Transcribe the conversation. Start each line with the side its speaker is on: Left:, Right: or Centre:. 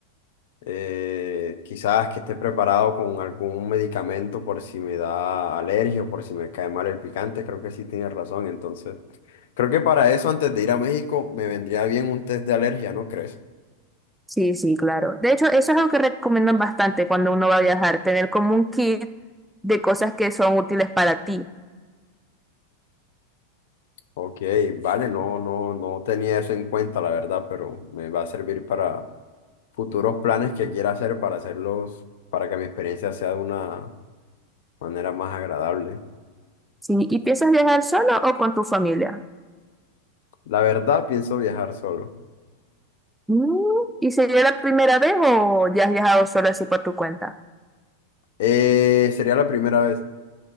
Left: Eh, quizás que esté preparado con algún medicamento por si me da alergia o por si me cae mal el picante, creo que sí tiene razón. Entonces, creo que para eso, antes de ir a México, me vendría bien un test de alergia, ¿no crees?
Centre: sí, sí, claro. De hecho, eso es algo que recomiendan bastante cuando uno va a viajar, tener como un kit de cosas que son útiles para ti.
Left: Ok, vale, no, no, no tenía eso en cuenta, la verdad, pero me va a servir para futuros planes que quiera hacer para hacerlos, para que mi experiencia sea de una manera más agradable.
Centre: Sí, ¿y piensas viajar solo o con tu familia?
Left: La verdad, pienso viajar solo.
Centre: Mm, ¿Y sería la primera vez o ya has viajado solo así por tu cuenta?
Left: Eh, sería la primera vez.